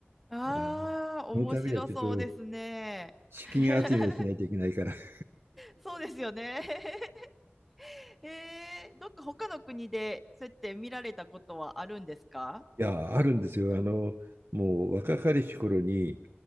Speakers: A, in the centre; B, on the right.
A: ああ、
B: あの、
A: 面白そうですね。
B: そのためにはちょっと資金集めをしないといけないから
A: <laughs>
B: <laughs>
A: そうですよね。<laughs> ええ、どっか他の国でそうやって見られたことはあるんですか
B: いや、あるんですよ。あの、もう若かりし頃に、